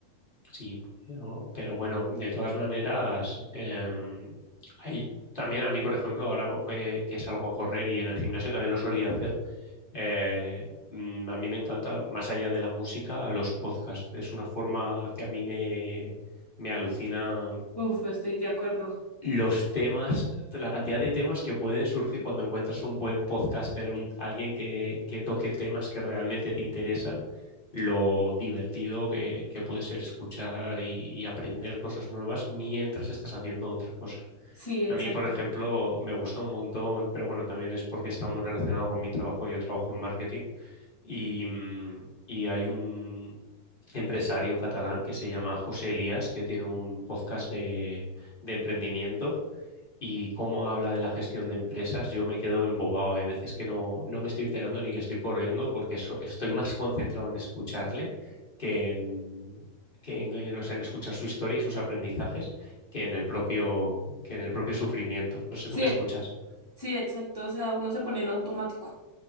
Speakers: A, on the left (about 15°); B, on the left (about 30°).
A: Sí, pero, pero bueno, de todas maneras, em, hay también a mí, por ejemplo, ahora que, que salgo a correr y en el gimnasio también lo solía hacer Eh, mm, a mí me encanta, más allá de la música, los podcasts. Es una forma que a mí me, me alucina
B: Uf, estoy de acuerdo.
A: los temas, la cantidad de temas que pueden surgir cuando encuentras un buen podcaster, un- alguien que, que toque temas que realmente te interesan, lo divertido que, que puede ser escuchar y, y aprender cosas nuevas mientras estás haciendo otra cosa.
B: Sí, exacto.
A: A mí, por ejemplo, me gusta un montón, pero bueno, también es porque está muy relacionado con mi trabajo. Yo trabajo en marketing y, mm, y hay un empresario catalán que se llama José Elías, que tiene un podcast de, de emprendimiento y cómo habla de la gestión de empresas, yo me quedo embobado. Hay veces que no, no me estoy enterando ni que estoy corriendo porque so- estoy más concentrado en escucharle que en... que en, en, o sea, en escuchar su historia y sus aprendizajes que en el propio, que en el propio sufrimiento. No sé,
B: Sí,
A: ¿tú qué escuchas?
B: sí, exacto. O sea, uno se pone en automático.